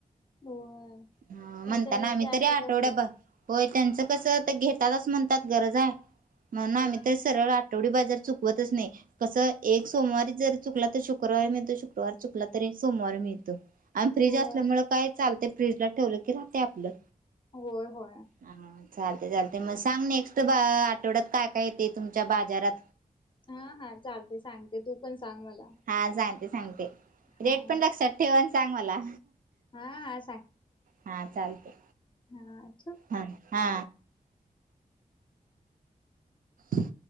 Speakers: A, on the left (about 35°); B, on the right (about 70°).
A: होय
B: हम्म
A: त्यांचा
B: म्हणताना
A: रेट
B: आम्ही
A: जास्तच
B: तरी आठवड्या
A: असत
B: ब होय. त्यांचं कसं घेतातच म्हणतात गरज आहे म्हणून
A: होय
B: आम्ही तर सरळ आठवडी बाजार चुकवतच नाही कसं एक सोमवारी जर चुकला तर शुक्रवारी मिळतो शुक्रवार चुकला तर एक सोमवार मिळतो. आणि फ्रीज
A: होय
B: असल्यामुळे काय चालत फ्रीजला ठेवलं की राहते आपलं.
A: होय होय.
B: हा चालते चालते मग सांग नेक्स्ट बा आठवड्यात काय काय येते तुमच्या बाजारात?
A: हा हा चालते सांगते तू पण सांग मला.
B: हा सांगते सांगते
A: हा
B: रेट पण लक्षात ठेवा आणि सांग मला.
A: हा हा
B: हा चालते.
A: हाय
B: हा हा. ह